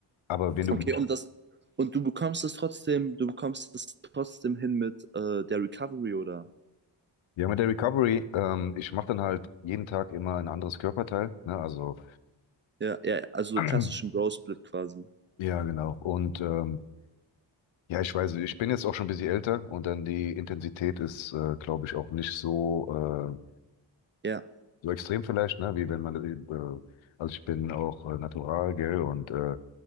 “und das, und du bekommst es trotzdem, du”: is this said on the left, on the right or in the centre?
Right